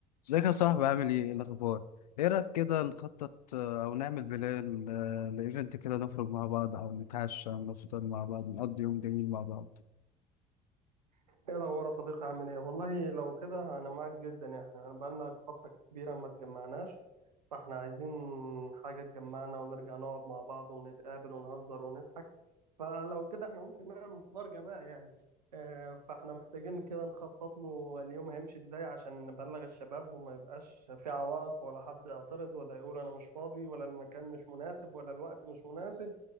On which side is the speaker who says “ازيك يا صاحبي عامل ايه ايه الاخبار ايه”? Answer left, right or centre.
Left